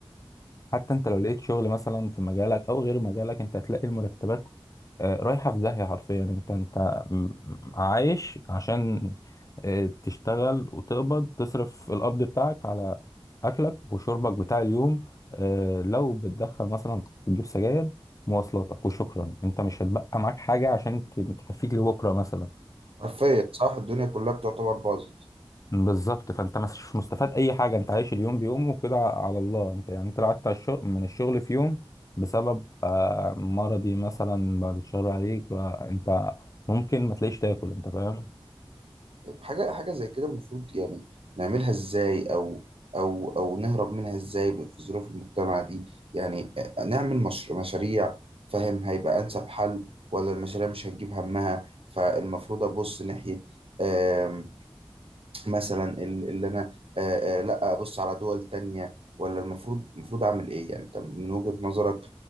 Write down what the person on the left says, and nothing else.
حتى انت لو لقيت شغل مثلا في مجالك او غير مجالك انت هتلاقي المرتبات آه، رايحة في داهية حرفيا انت انت م- م- عايش عشان آه، تشتغل وتقبض تصرف القبض بتاعك على اكلك وشربك بتاع اليوم آه، لو بتدخن مثلا تجيب سجاير مواصلاتك وشكرا انت مش هتبقى معاك حاجة عشان ت- تكفيك لبكرة مثلا
بالظبط فانت مش مستفاد اي حاجه انت عايش اليوم بيوم وكده على الله انت يعني انت لو قعدت على الشغل من الشغل في يوم بسبب آه، مرضي مثلا بعد شهر عليك بقى انت ممكن ما تلاقيش تاكل انت فاهم